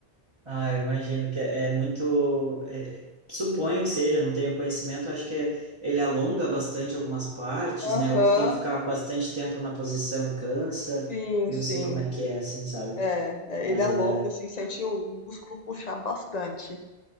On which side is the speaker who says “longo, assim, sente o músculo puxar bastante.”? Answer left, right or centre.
Left